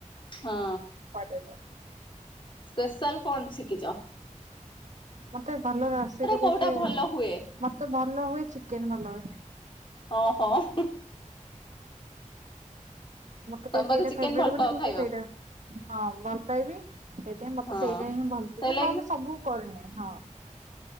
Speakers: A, on the left (about 40°); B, on the right (about 65°).
A: ହଁ।
B: କରିଦେଇଥାଏ।
A: ସ୍ପେସାଲ୍ କଣ ଶିଖିଚ।
B: ମତେ ଭଲ ରଷେଇ କରେ
A: କୋଉଟା
B: ଆସେ
A: ଭଲ ହୁଏ?
B: ମତେ ଭଲ ଭଲ ହୁଏ ଚିକେନ୍ ଭଲ ହୁଏ।
A: ଓ ହଁ ।
B: ମତେ
A: ତମେ
B: ଟିକେ ସେଇଟା
A: ବୋଧେ ଚିକେନ
B: ଫେଭେରେଟ୍
A: ଭଲ
B: ବୋଲି
A: ପାଅ
B: ମତେ
A: ଖାଇବାକୁ।
B: ସେଇଟା ହଁ ଭଲ ପାଏବି ସେଇଥିପାଇଁ ମତେ
A: ହଁ
B: ସେଇଟା ହିଁ ଭଲ ସେ
A: ସେଇ
B: ନହେଲେ
A: ଲାଗି
B: ସବୁ କରେନି । ହଁ।